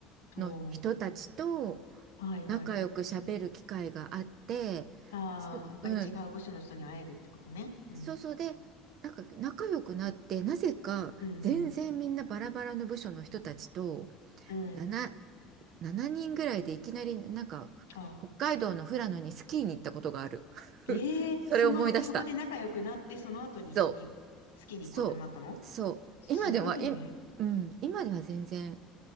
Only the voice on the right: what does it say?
の人たちと
仲良く喋る機会があってす、
うん
そうそうでなんか仲良くなってなぜか全然みんなバラバラの部署の人たちと
7、7人ぐらいでいきなりなんか北海道の富良野にスキーに行ったことがある
<laughs> それを思い出した
そうそうそう今ではい、
うん、今では全然